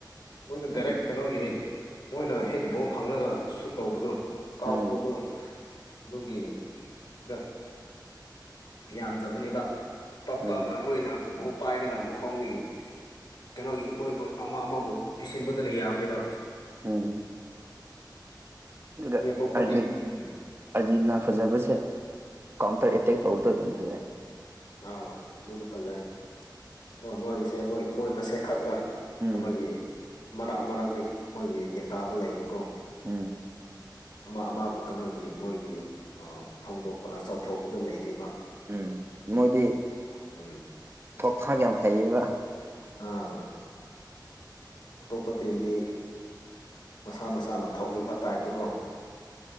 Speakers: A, on the left; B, on the right.
A: ꯃꯣꯏꯗꯣ ꯗꯥꯏꯔꯦꯛ
B: ꯑꯗꯨ
A: ꯀꯩꯅꯣꯒꯤ ꯃꯣꯏꯅ ꯍꯦꯛ ꯕꯣꯜ ꯐꯥꯡꯉꯒ ꯁꯨꯠ ꯇꯧꯕꯗꯣ ꯀꯥꯎꯕꯗꯣ
B: ꯎꯝ
A: ꯑꯗꯨꯝ ꯑꯗꯨꯒꯤ ꯗ ꯌꯥꯝꯗꯕꯅꯤꯕ ꯇꯞ
B: ꯎꯝ
A: ꯇꯞꯅ ꯃꯣꯏꯅ ꯕꯣꯜ ꯄꯥꯏꯔꯒ ꯃꯈꯣꯡꯗꯒꯤ ꯀꯩꯅꯣꯒꯤ ꯃꯣꯏꯕꯨ ꯑꯃ ꯑꯃꯕꯨ ꯄꯤꯁꯤꯟꯕꯗꯨꯅ ꯌꯥꯝꯃꯤꯗꯕ
B: ꯎꯝ ꯏꯗ
A: ꯃꯤ ꯑꯇꯣꯞꯄꯗꯤ
B: ꯑꯟ <inaudible> ꯑꯥꯔꯖꯦꯟꯇꯤꯅꯥ
A: ꯎꯝ
B: ꯐꯖꯕꯁꯦ ꯀꯥꯎꯟꯇꯔ ꯑꯦꯇꯦꯛ ꯇꯧꯕꯗꯣ ꯑꯗꯨꯝ ꯐꯖꯩ
A: ꯑꯥꯎ ꯑꯗꯨꯅ ꯐꯖꯩ ꯑꯣ ꯃꯣꯏꯒꯤꯁꯦ ꯃꯣꯏ ꯃꯣꯏ ꯃꯁꯦꯟꯈꯛ ꯇ
B: ꯎꯝ
A: ꯀꯩꯅꯣꯒꯤ ꯃꯔꯛ ꯃꯔꯛꯇ ꯃꯣꯏꯒꯤ ꯒ꯭ꯌꯥꯟꯇꯥꯥꯕ ꯂꯩꯌꯦꯕꯀꯣ
B: ꯎꯝ
A: ꯑꯃ ꯑꯃꯕꯨ ꯀꯩꯅꯣꯒꯤ ꯃꯣꯏꯒꯤ ꯐꯣꯡꯗꯣꯛꯄ ꯆꯥꯎꯊꯣꯛꯄꯗꯣ ꯂꯩꯇꯦꯕ
B: ꯎꯝ ꯃꯣꯏꯗꯤ
A: ꯎꯝ
B: ꯊꯣꯛ ꯊꯥꯛ ꯌꯥꯝ ꯍꯩꯌꯦꯕ
A: ꯑꯥ ꯑꯇꯣꯞꯄ ꯇꯤꯝꯗꯤ ꯃꯁꯥ ꯃꯁꯥꯅ ꯊꯧꯅꯤꯡꯕ ꯇꯥꯏꯞꯇꯨꯒꯣ